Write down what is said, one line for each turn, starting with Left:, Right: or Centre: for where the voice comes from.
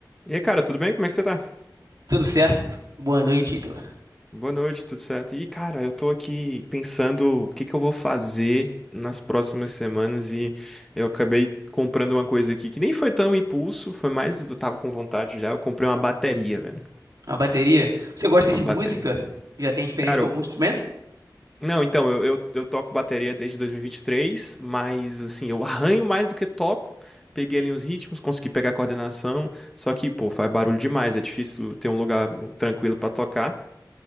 Centre: E aí, cara, tudo bem? Como é que você tá?
Right: Tudo certo? Boa noite, Heitor.
Centre: Boa noite, tudo certo? E, cara, eu tô aqui pensando o que que eu vou fazer nas próximas semanas e eu acabei comprando uma coisa aqui que nem foi tão impulso, foi mais, eu tava com vontade já, eu comprei uma bateria, velho.
Right: A bateria. Você gosta
Centre: Uma
Right: de
Centre: bateria.
Right: música? Já tem experiência
Centre: Cara,
Right: com
Centre: eu-
Right: algum instrumento?
Centre: não, então, eu, eu, eu toco bateria desde 2023, mas, assim, eu <laughs> arranho mais do que toco. Peguei ali os ritmos, consegui pegar a coordenação, só que, pô, faz barulho demais, é difícil ter um lugar tranquilo pra tocar.